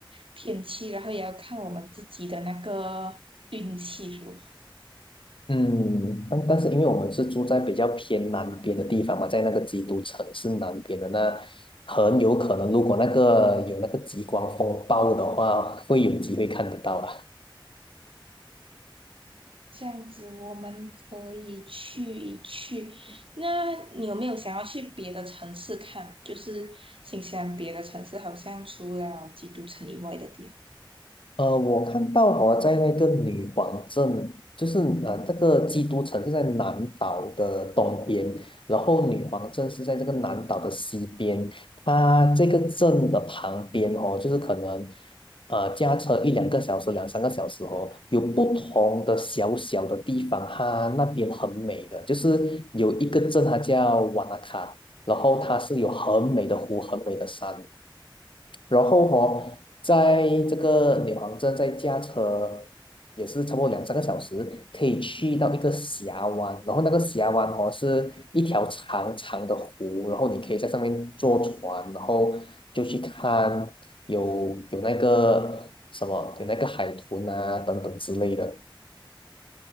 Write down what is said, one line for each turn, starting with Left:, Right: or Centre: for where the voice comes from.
Right: 天气，然后也要看我们自己的那个运气如何。
Left: 嗯，但但是因为我们是住在比较偏南边的地方嘛，在那个基督城市南边的那，很有可能如果那个有那个极光风暴的话，会有机会看得到啊。
Right: 这样子，我们可以去一去。那你有没有想要去别的城市看？就是新西兰别的城市，好像除了基督城以外的地方。
Left: 呃，我看到好像在那个女皇镇，就是呃，这个基督城是在南岛的东边，然后女皇镇是在这个南岛的西边。它这个镇的旁边哦，就是可能呃驾车一两个小时、两三个小时哦，有不同的小小的地方，它那边很美的，就是有一个镇它叫瓦纳卡，然后它是有很美的湖、很美的山。然后哦，在这个女皇镇再驾车也是差不多两三个小时，可以去到一个峡湾，然后那个峡湾哦是一条长长的湖，然后你可以在上面坐船，然后就去看有有那个什么有那个海豚啊等等之类的。